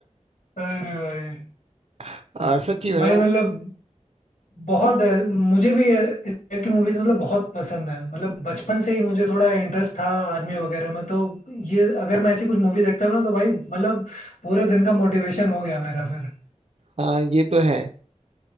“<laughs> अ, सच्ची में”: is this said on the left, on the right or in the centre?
Right